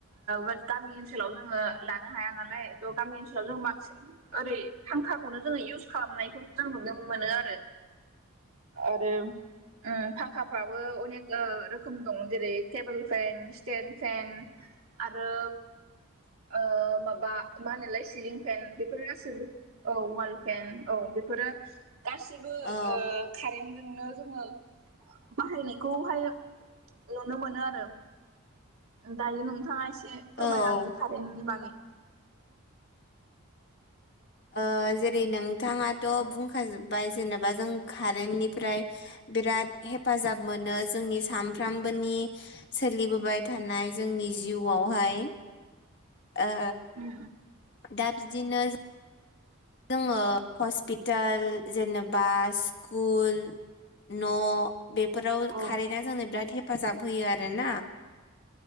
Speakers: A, on the right; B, on the left.
A: ओ गामि ओनसोलाव जोङो लानो हाया नालाय थ' गामि ओनसोलाव जों बांसिन ओरै फांखाखौनो जोङो इउस खालामनायखौ जों नुनो मोनो आरो आरो उम फांखाफ्राबो अनेक ओ रोखोम दं जेरै टेबोल फेन स्टेन फेन आरो ओ माबा मा होनोलाय सिलिं फेन बेफोर गासैबो औ वाल फेन औ बेफोरो गासिबो
B: औ
A: ओ कारेन्टजोंनो जोङो बाहायनायखौहाय नुनो मोनो आरो दायो नोंथाङा एसे फोरमायलांदो
B: औ
A: कारेेनटनि बागै
B: ओ जेरै नोंथाङाथ' बुंखाजोबबाय जेनेबा जों कारेन्टनिफ्राय बिराद हेफाजाब मोनो जोंनि सानफ्रामबोनि सोलिबोबाय थानाय जोंनि जिउआवहाय ओ
A: उम
B: दा बिदिनो जोङो हस्पिटाल जेनेबा स्कुल न' बेफोराव
A: उम
B: कारेन्टआ जोंनो बिराद हेफाजाब होयो आरोना।